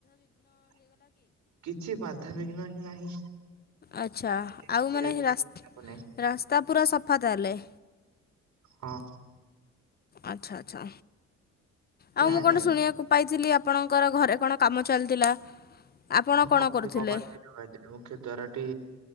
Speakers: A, on the right (about 70°); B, on the left (about 30°).
A: <inaudible> କିଛି ବାଧାବିଘ୍ନ ହିଁ ନାହିଁ।
B: ଆଚ୍ଛା
A: ଏ- ଏ-
B: ଆଉ ମାନେ
A: ଏ- ଏ-
B: ହେ ରାସ୍
A: ଏ- ଏ-
B: ରାସ୍ତା ପୁରା ସଫା ତାହେଲେ?
A: ହଁ।
B: ଆଚ୍ଛା, ଆଚ୍ଛା, ଆଉ
A: ନାଇଁ
B: ମୁଁ କଣ
A: ନାଇଁ
B: ଶୁଣିବାକୁ ପାଇଥିଲି ଆପଣ ଙ୍କର ଘରେ କଣ କାମ ଚାଲିଥିଲା? ଆପଣ
A: ହଁ
B: କଣ କରୁଥିଲେ?
A: ସେ କବାଟ <inaudible> ମୁଖ୍ୟ ଦ୍ୱାରଟି